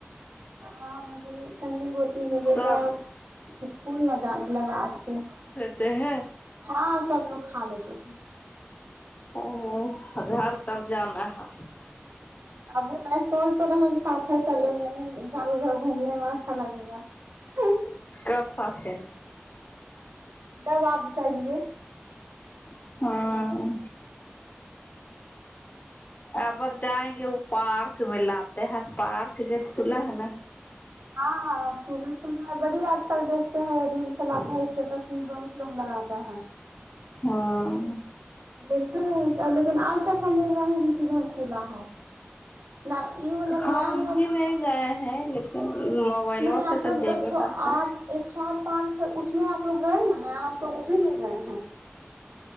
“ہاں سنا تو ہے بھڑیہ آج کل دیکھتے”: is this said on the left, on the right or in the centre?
Right